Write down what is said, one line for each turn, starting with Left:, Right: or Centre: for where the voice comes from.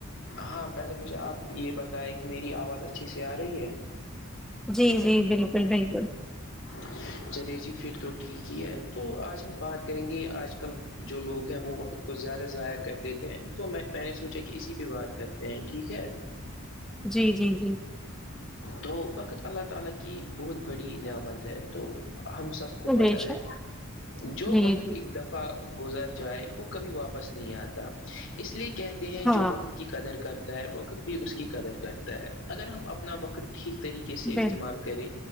Left: ہاں پہلے مجھے آپ یہ بتائے کہ میری آواز اچھی سی آ رہی ہے
Centre: جی جی بالکل بالکل
Left: <inaudible> چلے جی پھر تو ٹھیک ہی ہے تو آج ہم بات کریں گے آج کل جو لوگ ہیں وہ وقت کو زیادہ ضائع کر دیتے ہیں تو میں میں نے سونچا کہ اسی پہ بات کرتے ہیں ٹھیک ہے
Centre: جی جی جی
Left: تو وقت اللہ تعالی کی بہت بڑی نعمت ہے تو ہم سب کو
Centre: بے
Left: پتہ ہے
Centre: شک
Left: جو
Centre: جی
Left: وقت
Centre: جی
Left: ایک دم گزر جائے وہ کبھی واپس نہیں آتا اس لیے کہتے ہیں
Centre: ہاں
Left: جو وقت کی قدر کرتا ہے وقت بھی اس کی قدر کرتا ہے اگر ہم اپنا وقت ٹھیک طریقے سے
Centre: بالکل
Left: استعمال کریں